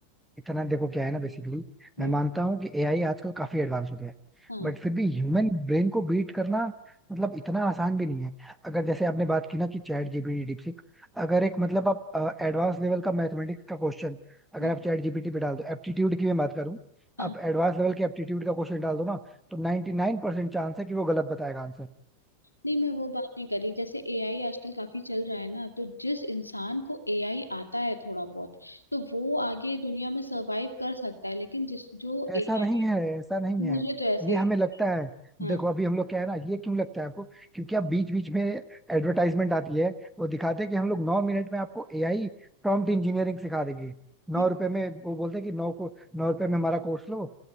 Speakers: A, in the centre; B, on the left.
A: इतना देखो क्या है ना बेसिकली
B: हम्म,
A: मैं मानता हूँ कि एआई आजकल काफी एडवांस हो गया है
B: हाँ हम्म,
A: बट फिर भी ह्यूमन ब्रेन को बीट करना मतलब इतना आसान भी नहीं है अगर जैसे आपने बात की ना कि चैट जीपीटी डीपसीक अगर एक मतलब आप एडवांस लेवल का मैथमेटिक्स का क्वेश्चन अगर
B: हम्म,
A: आप चैट जीपीटी पे डाल दो एप्टीट्यूड की मैं बात करूँ
B: हाँ
A: आप एडवांस लेवल के एप्टीट्यूड का क्वेश्चन डाल दो ना तो 99% चांस है कि वो गलत बताएगा
B: नहीं मैं वो बात नहीं करी जैसे एआई आजकल काफी चल रहा है ना तो जिस इंसान को एआई आता है थोड़ा बहुत तो वो आगे दुनिया में सरवाइव कर सकता है लेकिन जिस जो
A: ऐसा
B: एआई
A: नहीं है ऐसा नहीं है
B: मुझे तो ऐसे
A: ये
B: ही-
A: हमें लगता है
B: हाँ
A: देखो अभी हम लोग क्या है ना ये क्यों लगता है आपको क्योंकि आप बीच बीच में एडवर्टाइजमेंट आती है वो दिखाते हैं कि हम लोग नौ मिनट में आपको एआई प्रॉम्प्ट इंजीनियरिंग सिखा देंगे नौ
B: हम्म
A: रुपए में वो बोलते हैं कि नौ को नौ रुपए में हमारा कोर्स लो